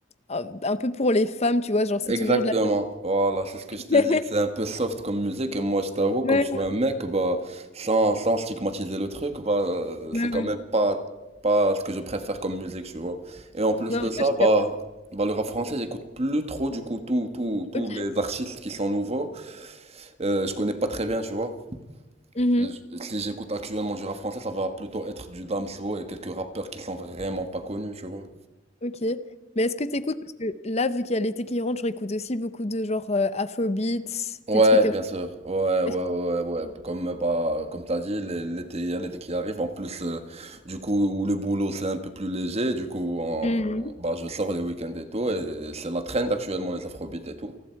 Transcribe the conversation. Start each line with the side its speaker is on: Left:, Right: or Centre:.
Left: un peu pour les femmes, tu vois. Genre, c'est
Right: Exactement,
Left: toujours de la.
Right: voilà, c'est ce que je t'ai
Left: <laughs>
Right: dit, c'est un peu soft comme musique, et moi je t'avoue, comme
Left: Ouais,
Right: je suis un mec, bah, sans, sans stigmatiser le truc, bah, euh,
Left: ouais,
Right: c'est quand
Left: ouais.
Right: même pas, pas ce que je préfère comme musique, tu vois. Et en plus
Left: Non,
Right: de
Left: moi,
Right: ça,
Left: je
Right: bah,
Left: capte.
Right: bah le rap français, j'écoute plus trop, du coup, tous tous tous
Left: Ok.
Right: les artistes qui sont nouveaux, euh, je connais pas très bien, tu vois.
Left: Mhm.
Right: Euh, Si j'écoute actuellement du rap français, ça va plutôt être du Damso et quelques rappeurs qui sont vraiment pas connus, tu vois.
Left: Ok. Mais est-ce que t'écoutes? Parce que là, vu qu'il y a l'été qui rentre, je réécoute aussi beaucoup de genre euh, Afrobeats,
Right: Ouais,
Left: des trucs comme...
Right: bien sûr. Ouais, ouais,
Left: Est-ce que-
Right: ouais, ouais. Comme euh, bah, comme t'as dit, l'é- l'été, il y a l'été qui arrive. En plus, euh, du coup, où le boulot c'est un peu plus léger. Du coup, on-
Left: Mm.
Right: bah, je sors les week-ends et tout. Et c'est la trend actuellement les afrobeats et tout.